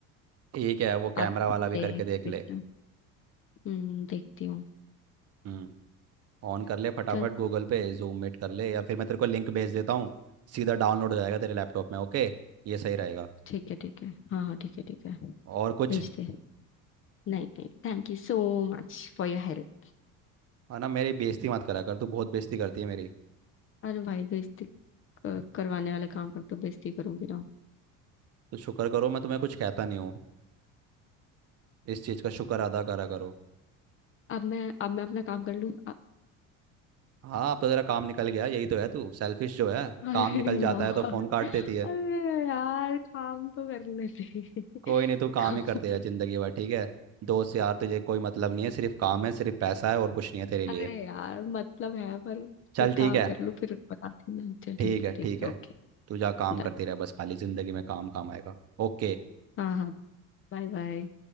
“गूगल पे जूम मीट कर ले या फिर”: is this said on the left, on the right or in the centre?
Right